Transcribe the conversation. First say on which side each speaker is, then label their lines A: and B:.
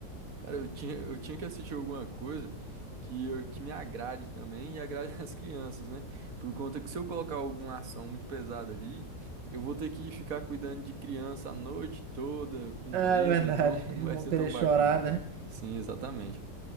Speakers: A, on the right; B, on the right.
A: cara, eu tinha, eu tinha que assistir alguma coisa que, eu- que me agrade também e agrade <laughs> as crianças, né? Por conta que se eu colocar alguma ação muito pesada ali, eu vou ter que ficar cuidando de criança a noite toda, com medo,
B: Ah, é verdade.
A: então <laughs> não
B: <laughs>
A: vai
B: Vão
A: ser
B: querer
A: tão
B: chorar,
A: bacana, cara.
B: né?
A: Sim, exatamente.